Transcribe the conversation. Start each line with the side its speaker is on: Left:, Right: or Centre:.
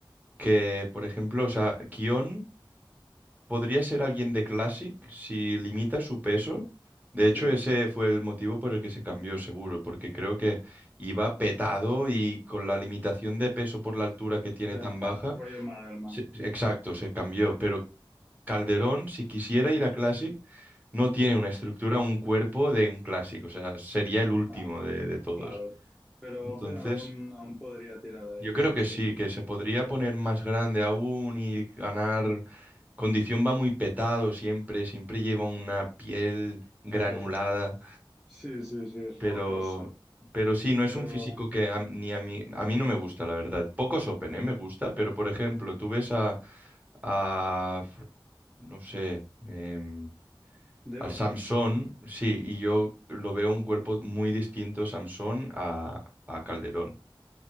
Right: que, por ejemplo, o sea, Kion. Podría ser alguien de Classic si limita su peso. De
Centre: Sí,
Right: hecho, ese fue el motivo por el que se cambió seguro, porque creo que iba petado y con la limitación de peso por la altura que tiene
Centre: sí.
Right: tan baja,
Centre: Rollo Madelman.
Right: se- exacto, se cambió. Pero Calderón, si quisiera ir a Classic, no tiene una estructura,
Centre: Sí, sí. No,
Right: un cuerpo de un Classic, o sea, sería el último
Centre: no,
Right: de, de todos.
Centre: claro. Pero
Right: Entonces,
Centre: Open aún, aún podría tirar de
Right: yo
Centre: ahí,
Right: creo
Centre: sí,
Right: que
Centre: sí.
Right: sí, que se podría poner más grande aún y ganar. Condición va muy petado siempre, siempre lleva una piel granulada,
Centre: Sí, sí, sí, sí,
Right: pero,
Centre: rocosa.
Right: pero sí, no es
Centre: Pero
Right: un físico que a- ni a mí, a mí no me gusta, la verdad. Pocos Open,
Centre: a
Right: ¿eh?
Centre: mí-
Right: Me gusta, pero por ejemplo, tú ves a, a no sé, em,
Centre: de
Right: al
Centre: Open,
Right: Samson, sí, y yo lo veo un cuerpo muy distinto Samson a, a Calderón.